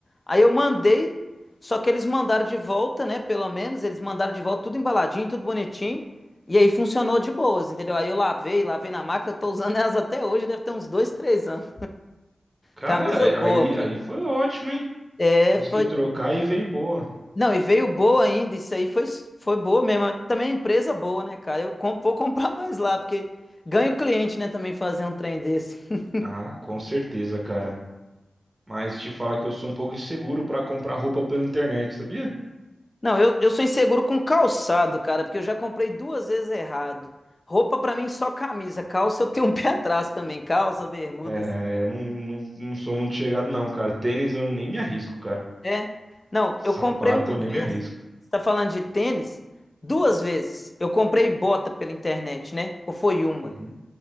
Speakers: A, on the left (about 35°); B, on the right (about 25°).
A: Aí eu mandei, só que eles mandaram de volta, né? Pelo menos, eles mandaram de volta tudo embaladinho, tudo bonitinho. E aí funcionou de boas, entendeu? Aí eu lavei, lavei na máquina, tô usando elas até hoje, deve ter uns dois, três anos.
B: Cara,
A: Camisa boa,
B: aí,
A: filho.
B: aí foi ótimo, hein?
A: É,
B: Conseguiu
A: foi,
B: trocar e veio boa.
A: Não, e veio boa ainda, isso aí foi, foi boa mesmo. Também é empresa boa, né, cara? Eu com- vou comprar <laughs> mais lá, porque ganho cliente, né, também fazer um trem desse. <laughs>
B: Ah, com certeza, cara. Mas te falar que eu sou um pouco inseguro para comprar roupa pela internet, sabia?
A: Não, eu, eu sou inseguro com calçado, cara, porque eu já comprei duas vezes errado. Roupa pra mim só camisa, calça eu tenho um <laughs> pé atrás também, calça, bermudas.
B: É, eu não, não, não sou muito chegado, não, cara. Tênis eu nem me arrisco, cara.
A: É. Não,
B: Sapato
A: eu comprei uma
B: eu
A: vez,
B: nem me arrisco.
A: você tá falando de tênis? Duas vezes. Eu comprei bota pela internet, né? Ou foi uma?
B: Uhum.